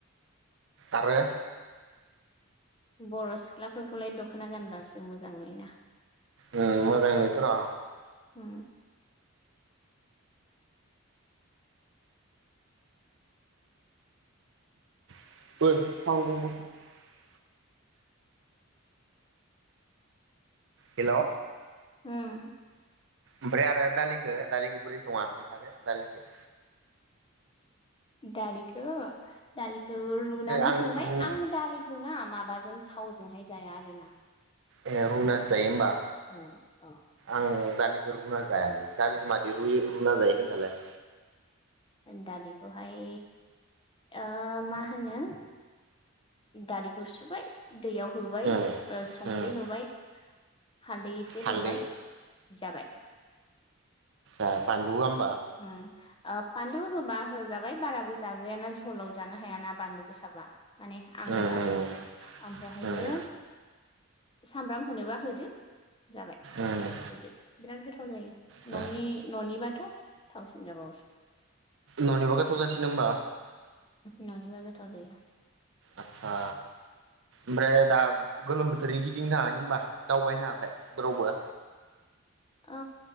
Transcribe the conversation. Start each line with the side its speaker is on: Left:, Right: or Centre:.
Right: आरो
Left: बर' सिख्लाफोरखौलाय दख'ना गानबासो मोजां नुयोना
Right: उ मोजां नुयोथ' र'
Left: उ
Right: <unintelligible> हेलौ
Left: उम
Right: ओमफ्राय आरो दालिखौ दालिखौ बोरै सङा खोनथादो दालिखौ
Left: दालिखौ दालिखौ रुनानै
Right: आं
Left: संबाय
Right: रु
Left: आं दालिखौ ना मा माबाजों थावजोंहाय जाया आरो ना
Right: ए रुनासो जायो होमबा
Left: औ औ
Right: आं दालिखौ रुना जायालै दालिखौ मादै रुयो रुना जायो खोन्थालाय
Left: दालिखौहाय आ मा होनो दालिखौ सुबाय दैयाव होबाय
Right: उम
Left: ओ संख्रि
Right: उम
Left: होबाय हालदै एसे
Right: हालदै
Left: होबाय जाबाय
Right: आ बानलु होआ
Left: उम ओ बानलु होबा होजाबाय बाराबो जाजायाना झलाव जानो हायाना बानलु गोसाबा माने आङो
Right: उम
Left: आरोना
Right: उम
Left: ओमफ्रायहायो
Right: उम
Left: सामब्राम होनोबा होदो जाबाय
Right: उम
Left: रुदो बिराद गोथाव जायो
Right: दा
Left: न'नि न'नि बा थ थावसिन जाबावोसो
Right: न'निबा गोथावजासि नो होमबा
Left: न'नि बा गोथाव जायो
Right: आतसा ओमफ्राय दा गोलोम बोथोरनि गिदिंनो थाङाखै होनबा दावबायनो थाङाखै जेरावबो
Left: ओ